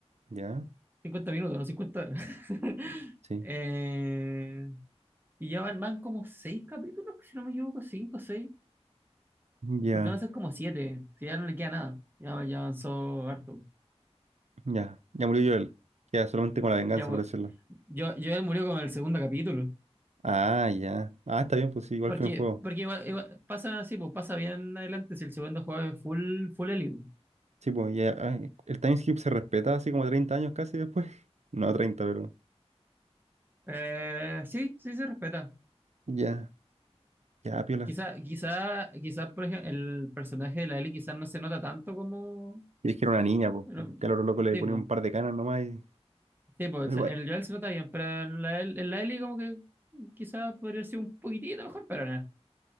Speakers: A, on the right (about 85°); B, on the right (about 20°).
A: ¿Ya?
B: 50 minutos, no 50 horas. <laughs>
A: Sí.
B: Eh, y ya van, van como 6 capítulos, si no me equivoco, 5 6
A: Ya,
B: porque van a ser como 7 si ya no le queda nada, ya, ya avanzó harto.
A: ya. Ya murió Joel. Queda solamente con la venganza,
B: Ya, bueno,
A: por decirlo.
B: Yo, yo él murió con el segundo capítulo.
A: Ah, ya. Ah, está bien, pues sí, igual
B: Porque,
A: que en el juego.
B: porque igual- igual- pasa así, pues pasa bien adelante si el segundo juego es full, full Ellie. pues.
A: Sí, pues ya, ah, el time skip se respeta así como 30 años casi después. <laughs> No, 30 pero
B: Eh, sí, sí se respeta.
A: ya, ya, piola.
B: Quizá, quizá, quizá, por ejemplo, el personaje de la Ellie quizás no se nota tanto como.
A: Y es que era una niña, pues.
B: Bueno,
A: Que a lo loco le
B: tipo,
A: ponían un par de canas nomás y
B: tipo, o
A: pues,
B: sea,
A: igual.
B: en el Joel se nota bien, pero en la, El- en la Ellie como que quizás podría ser un poquitito mejor, pero nada.